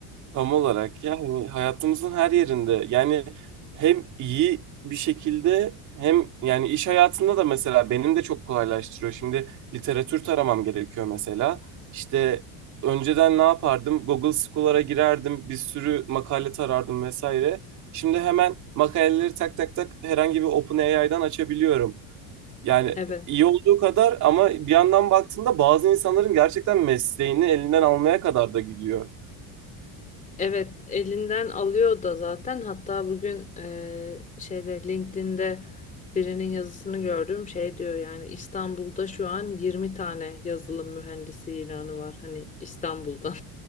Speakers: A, on the right; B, on the left.
A: Tam olarak yani hayatımızın her yerinde yani hem iyi bir şekilde hem yani iş hayatında da mesela benim de çok kolaylaştırıyor. Şimdi literatür taramam gerekiyor mesela. İşte önceden ne yapardım? Google Scholar'a girerdim, bir sürü makale tarardım vesaire. Şimdi hemen makaleleri tak tak tak herhangi bir OpenAI'dan açabiliyorum. Yani
B: Evet,
A: iyi olduğu kadar ama bir yandan baktığında bazı insanların gerçekten mesleğini elinden almaya kadar da gidiyor.
B: evet elinden alıyor da zaten. Hatta bugün eee, şeyde LinkedIn'de birinin yazısını gördüm. Şey diyor yani İstanbul'da şu an 20 tane yazılım mühendisi ilanı var. Hani İstanbul'da.